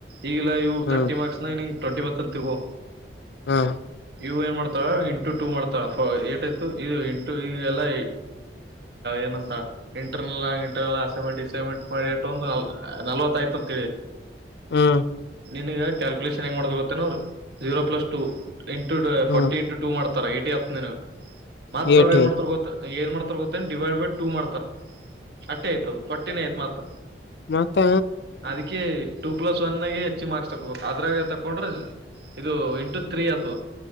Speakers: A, on the right; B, on the left.
A: ಈಗಲ್ಲ ಇವು
B: ಹ್ಮ್
A: ತರ್ಟಿ ಮಾರ್ಕ್ಸ್ ನಿಂಗ್ ಟ್ವೆಂಟಿಬಂತ್ ಅಂತ ತಿಳ್ಕೊ
B: ಹ್ಮ್
A: ಇವು ಏನ್ ಮಾಡ್ತಾಳ್ ಟು ಟು ಮಾಡ್ತಳ ಫ ಏಟ್ ಇತು ಇದು ಇಂಟು ಇವೇಲಾ ಏನಂತಾಳ ಇಂಟರ್ನಲ್ ಆ ಇಂಟರ್ನಲ್ ಅಸೈನ್ಮೆಂಟ್ ಇಸೆಮೆಂಟ್ ಮಾಡಿಟ್ಟ ಒಂದು ನಲ್ವತ್ ಆಯ್ತ ಅಂತ ತಿಳಿ
B: ಹುಂ
A: ನಿನ್ನಗ ಕ್ಯಾಲ್ಕುಲೇಷನ್ ಹೆಂಗ ಮಾಡ ಗೊತ್ತೇನವರ್ ಜೀರೋ ಪ್ಲಸ್ ಟು ಇಂಟು ಫಾರ್ಟಿ
B: ಹ್ಮ್
A: ಇಂಟು ಟು ಮಾಡ್ತಾರ ಏಟಿ ಆಯ್ತದ ನಿಂಗ್ ಮತ್ತ
B: ಏಟ
A: ಅವರು ಏನ್ ಮಾಡ್ತಾರ ಗೊತ್ತನ್ ಏನ್ ಮಾಡ್ತಾರ ಗೊತ್ತೇನ ಡಿವೈಡ್ ಬೈ ಟೂ ಮಾಡ್ತಾರ ಅಟ್ಟೆ ಆಯ್ತದು ಫೊರ್ಟ್ಟಿನ ಆಯ್ತ್ ಮತ್
B: ಮತ್ತ್
A: ಅದಿಕ್ಕೆ ಟೂ ಪ್ಲಸ್ ಒನಾಗೆ ಹೆಚ್ಚಗಿ ಮಾರ್ಕ್ಸ್ ತಕೊಬೇಕು ಅದ್ರಾಗ ತಕೊಂಡ್ರ ಇದು ಇಂಟು ತ್ರೀ ಅತದ